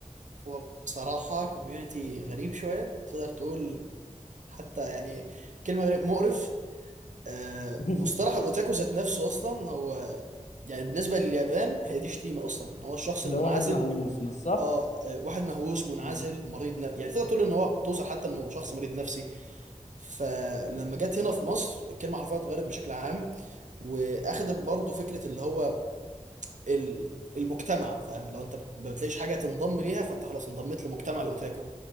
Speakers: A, on the right (about 70°); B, on the left (about 65°).
A: هو بصراحة كوميونتي غريب شوية تقدر تقول حتى يعني كلمة غريب مقرف آه،
B: <laughs>
A: مصطلح الأوتاكو ذات نفسه أصلا هو يعني بالنسبة لليابان هي دي شتيمة أصلا إن هو الشخص
B: ده
A: المنعزل
B: واحد مهووس مش صح؟
A: آه آه، واحد مهووس منعزل
B: مم.
A: مريض ن... يعني تقدر تقول إن هو توصل حتى إنه شخص مريض نفسي فلما جت هنا في مصر الكلمة حرفيا اتغيرت بشكل عام وأخدت برضه فكرة اللي هو ال- المجتمع فاهم لو انت بت- ما بتلاقيش حاجه تنضم ليها فانت خلاص انضميت لمجتمع الاوتاكو